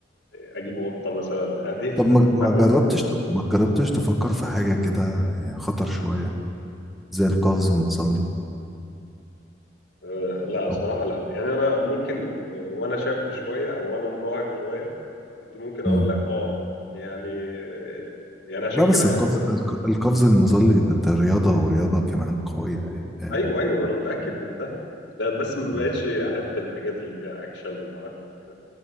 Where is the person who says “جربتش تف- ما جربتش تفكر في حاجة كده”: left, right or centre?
Centre